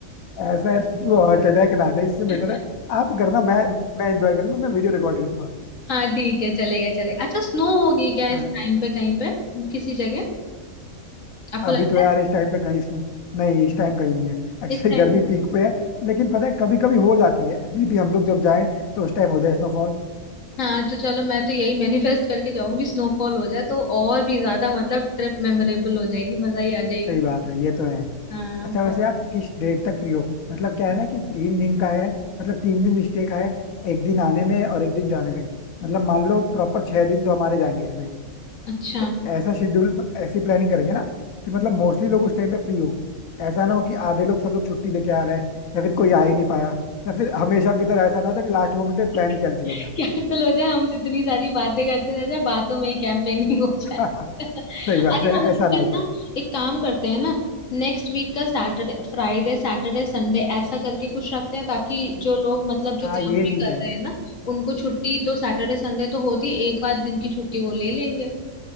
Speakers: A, on the left; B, on the left.
A: ऐसा है कि वो हार्ट अटैक ना आ जाए इससे
B: <laughs>
A: बेटर है आप करना मैं मैं एंजॉय करूंगा मैं वीडियो रिकॉर्ड करूंगा
B: हाँ ठीक है चलेगा चलेगा अच्छा स्नो होगी क्या
A: हाँ,
B: इस टाइम पे कहीं पे किसी जगह आपको
A: अभी
B: लगता
A: तो यार
B: है
A: इस टाइम पे कहीं snow- नहीं इस टाइम कहीं नहीं है एक्चुअली
B: इस टाइम
A: गर्मी पीक पे है लेकिन पता है कभी कभी हो जाती है मे बी हम लोग जब जाएं तो उस टाइम हो जाए स्नोफॉल
B: हाँ तो चलो मैं तो यही मैनिफेस्ट करके जाऊंगी स्नोफॉल हो जाए तो और भी ज्यादा मतलब ट्रिप मेमोरेबल हो जाएगी मजा ही आ जाएगी
A: सही बात है ये तो है
B: हाँ
A: अच्छा
B: बहुत
A: वैसे आप किस डेट तक फ्री हो मतलब क्या है ना कि तीन दिन का है मतलब तीन दिन स्टे का है एक दिन आने में और एक दिन जाने में मतलब मान लो प्रॉपर छह दिन तो हमारे जाएंगे इसमें
B: अच्छा
A: तो ऐसा शेड्यूल ऐसी प्लानिंग करेंगे ना कि मतलब मोस्टली लोग उस टाइम पे फ्री हो ऐसा ना हो कि आधे लोग सब लोग छुट्टी लेके आ रहे हैं या फिर कोई आ ही नहीं पाया या फिर हमेशा की तरह ऐसा ना होता कि लास्ट मोमेंट पे प्लान ही
B: कैंसिल
A: कैंसिल हो गया
B: हो जाए हम इतनी सारी बातें करते रह जाए बातों में ही कैंपेनिंग हो जाए
A: <laughs>
B: <laughs> अरे
A: सही बात है
B: हम
A: ऐसा ना
B: फिर
A: हो
B: ना
A: पाए
B: एक काम करते हैं ना नेक्स्ट वीक का सैटरडे फ्राइडे सैटरडे संडे ऐसा करके कुछ रखते हैं ताकि जो लोग मतलब
A: हाँ
B: जो काम
A: ये
B: भी
A: ठीक
B: कर
A: है
B: रहे हैं ना उनको छुट्टी तो सैटरडे संडे तो होती है एक आध दिन की छुट्टी वो ले लेंगे